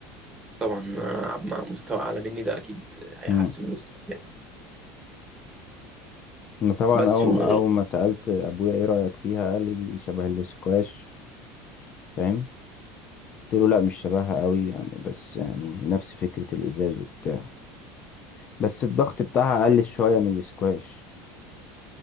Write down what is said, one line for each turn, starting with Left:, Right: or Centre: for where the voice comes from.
Right: طبعا العب مع مستوى اعلى مني ده اكيد هيحسن
Left: مم.
Right: من مستواي
Left: انا طبعا
Right: بس
Left: اول
Right: و...
Left: اول ما سألت ابويا ايه رأيك فيها قال لي دي شبه الاسكواش فاهم قلت له لا مش شبهها قوي يعني بس يعني نفس فكرة الازاز وبتاع بس الضغط بتاعها اقل شوية من الاسكواش